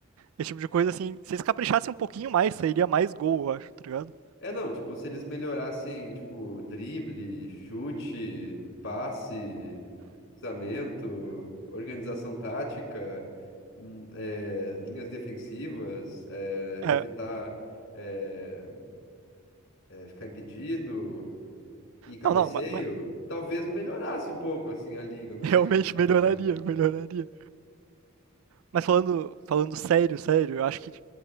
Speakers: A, on the right; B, on the left.
A: esse tipo de coisa, assim. Se eles caprichassem um pouquinho mais, sairia mais gol, eu acho, tá ligado?
B: É, não, tipo, se eles melhorassem, tipo, drible, chute, passe, cruzamento, organização tática, hum, é, linhas defensivas, é,
A: É,
B: evitar é, é, ficar impedido e cabeceio,
A: não, não, mas, <laughs>
B: talvez melhorasse um pouco, assim, a liga. Eu não
A: realmente
B: sei o que tu
A: melhoraria,
B: acha.
A: melhoraria. Mas falando, falando sério, sério, eu acho que